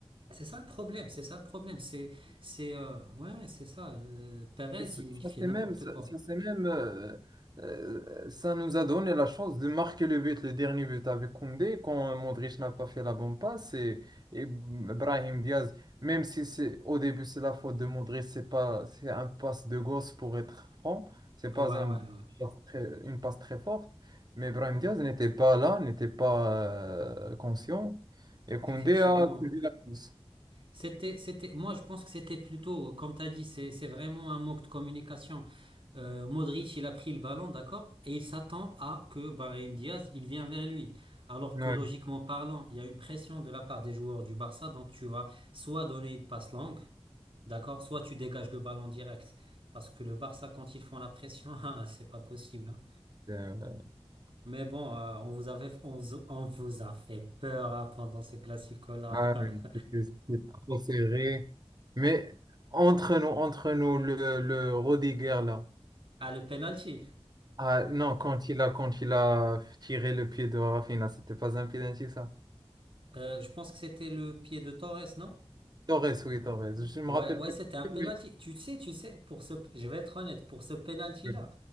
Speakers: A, on the right; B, on the right.
A: C'est ça le problème, c'est ça le problème. C'est, c'est, euh, ouais, c'est ça. euh, Perez,
B: Et ça,
A: il
B: ça,
A: fait
B: c'est
A: n'importe
B: même, ça,
A: quoi.
B: ça, c'est même euh, euh, ça nous a donné la chance de marquer le but, le dernier but avec Koundé, quand Modric n'a pas fait la bonne passe, et, et Brahim Diaz, même si c'est au début c'est la faute de Modric, c'est pas, c'est un passe de gosse pour être franc, c'est pas
A: Ouais,
B: un,
A: ouais, ouais.
B: passe très- une passe très forte, mais Brahim Diaz n'était pas là, n'était pas euh, conscient, et Koundé
A: Effectivement.
B: a suivi
A: hein.
B: la course.
A: C'était, c'était, moi, je pense que c'était plutôt, comme tu as dit, c'est, c'est vraiment un manque de communication. Euh, Modric, il a pris le ballon, d'accord? Et il s'attend à que Brahim Diaz, il vient vers lui. Alors
B: Oui.
A: que logiquement parlant, il y a une pression de la part des joueurs du Barça, donc tu vas soit donner une passe longue, d'accord? Soit tu dégages le ballon direct. Parce que le Barça, quand ils font la pression, <laughs> ah, c'est pas possible. hein.
B: Euh,
A: Mais bon, euh, on vous avait, on vous, on vous a fait peur hein, pendant ce classico-là.
B: Ah
A: <laughs>
B: oui, c'était c'était trop serré. Mais entre nous, entre nous, le, le Rodiger là.
A: Ah, le penalty.
B: Ah non, quand il a, quand il a tiré le pied de Rafinha, c'était pas un penalty ça.
A: Euh, je pense que c'était le pied de Torres, non?
B: Torres, oui, Torres. Je me
A: Ouais,
B: rappelle
A: ouais,
B: plus.
A: c'était un penalty.
B: Oui,
A: Tu sais, tu sais, pour ce, je vais être honnête, pour ce penalty-là,
B: oui.